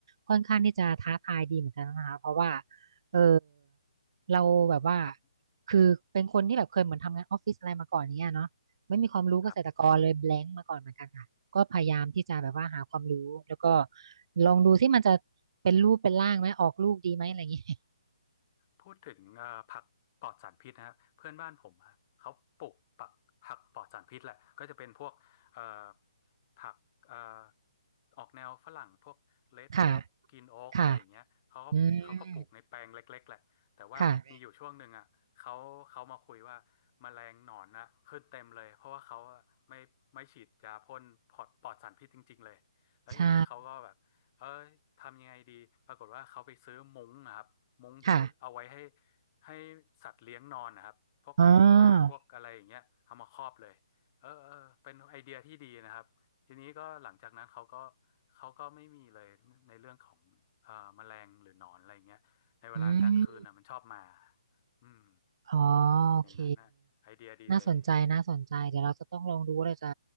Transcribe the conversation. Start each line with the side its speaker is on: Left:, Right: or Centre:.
Right: ค่อนข้างที่จะท้าทายดีเหมือนกันนะคะเพราะว่าเออเราแบบว่า
Left: ครับ
Right: คือเป็นคนที่แบบเคยเหมือนทำงานออฟฟิศอะไรมาก่อน่เนี้ยเนาะไม่มีความรู้เกษตรกรเลย
Left: ครับ
Right: blank มาก่อนเหมือนกันค่ะ ก็พยายามที่จะแบบว่าหาความรู้แล้วก็ลองดูที่มันจะเป็นรูปเป็นร่างไหมออกลูกดีไหมอะไรอย่างนี้
Left: พูดถึงเอ่อผักปลอดสารพิษนะฮะเพื่อนบ้านผมฮะเขาปลูกผักผักปลอดสารพิษแหละก็จะเป็นพวกเอ่อผักเอ่อออกแนวฝรั่งพวกเลดโอ๊กกิีนโอ๊กอะไรอย่างเงี้ยเขาก็เขาก็ปลูกในแปลงเล็กๆแหละแต่ว่ามีอยู่ช่วงหนึ่งอ่ะเขาเขามาคุยว่าแมลงหนอนนะขึ้นเต็มเลยเพราะว่าเขาอะไม่ไม่ฉีดยาพ่นปลอดปลอดสารพิษจริงๆเลยแล้วทีนี้เขาก็แบบ
Right: <laughs> ค่ะ ค่ะ อืม ค่ะ ใช่
Left: เออทำยังไงดีปรากฏว่าเขาไปซื้อมุ้งนะครับมุ้งที่เอาไว้ให้
Right: ค่ะ
Left: ให้สัตว์เลี้ยงนอนนะครับพวกหมาพวกอะไรอย่างเงี้ยเอามาครอบเลยเออเออเป็นไอเดียที่ดีนะครับทีนี้ก็หลังจากนั้นเขาก็
Right: อ๋อ
Left: เขาก็ไม่มีเลยในเรื่องของเอ่อแมลงหรือหนอนอะไรอย่างเงี้ยในเวลากลางคืนอ่ะมันชอบมา
Right: อืม
Left: อืม
Right: อ๋อโอเค
Left: อย่างนั้นนะไอเดียดีเลย
Right: น่าสนใจน่าสนใจเดี๋ยวเราจะต้องลองดูว่าเราจะ